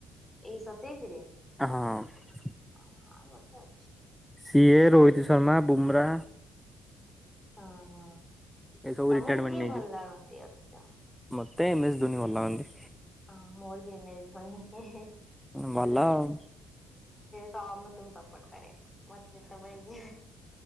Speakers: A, on the left; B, in the centre.
A: ଏଇ ସତେଇଶି ରେ।
B: ହଁ।
A: ହ ଆଉ ବର୍ଷେ ଅଛି
B: ସିଏ ରୋହିତ ଶର୍ମା ବୁମରା
A: ଓ ହଁ,
B: ଏସବୁ
A: ତମକୁ
B: ରିଟାୟାରମେଣ୍ଟ
A: କିଏ
B: ନେଇଯିବେ।
A: ଭଲ ଲାଗନ୍ତି ଅଧିକ?
B: ମତେ ଏମ ଏସ୍ ଦୁନି ଭଲ ଲାଗନ୍ତି।
A: ହଁ ମୋର ବି ଏମ ଏସ ଧ୍ୱନି।
B: ଭଲ ଆଉ।
A: ସମ ତୁ ଙ୍କୁ ସପୋର୍ଟ କରରେ ମତେ ଯେତେବେଳ